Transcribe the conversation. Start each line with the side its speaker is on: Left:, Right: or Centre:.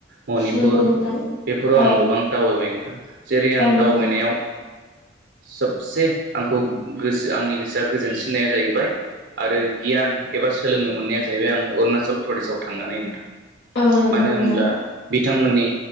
Right: मनिपुर
Left: नंगौ नोंथां
Right: बेफोराव आं
Left: औ
Right: गोबां दावबायनाय नों <unintelligible> जेरै आं
Left: औ नंगौ
Right: दावबायनायाव सबसे आंखौ गोसो आंनि गोसोआ गोजोनसिननाया जाहैबाय आरो गियान एबा सोलोंनो मोननाया जाहैबाय आं अरुणाचल प्रदेशाव थांनानै नोंथां
Left: औ नंगौ
Right: मानो
Left: नोंथां
Right: होनब्ला बिथांमोननि